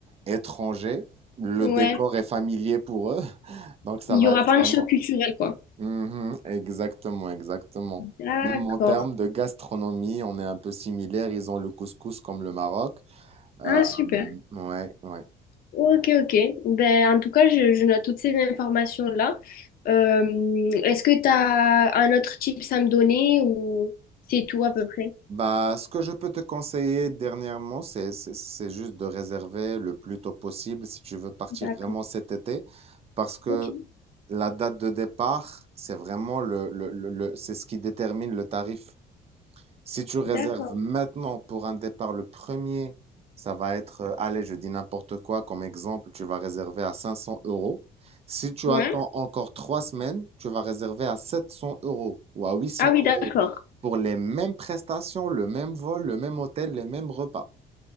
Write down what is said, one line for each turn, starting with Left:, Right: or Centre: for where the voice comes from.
Right: étrangers. Le
Left: ouais.
Right: décor est familier pour eux, <laughs> donc ça
Left: Il
Right: va
Left: y aura
Right: être
Left: pas un
Right: vraiment.
Left: choc culturel, quoi.
Right: Mhm, exactement, exactement.
Left: D'accord.
Right: Même en termes de gastronomie, on est un peu similaire. Ils ont le couscous comme le Maroc. Euh,
Left: Ah, super.
Right: ouais, ouais.
Left: Ok, ok. Ben, en tout cas, je, je note toutes ces informations-là. Euh, est-ce que tu as un autre tips à me donner ou c'est tout à peu près?
Right: Bah, ce que je peux te conseiller dernièrement, c'est, c'est, c'est juste de réserver le plus tôt possible si tu veux partir
Left: D'accord.
Right: vraiment cet été, parce que
Left: Ok.
Right: la date de départ, c'est vraiment le, le, le, le- c'est ce qui détermine le tarif. Si tu réserves
Left: D'accord.
Right: maintenant pour un départ le premier, ça va être, euh, allez, je dis n'importe quoi, comme exemple, tu vas réserver à 500 euros. Si tu
Left: Ouais.
Right: attends encore trois semaines, tu vas réserver à 700 euros ou à 800
Left: Ah oui,
Right: euros
Left: d'accord.
Right: pour les mêmes prestations, le même vol, le même hôtel, les mêmes repas.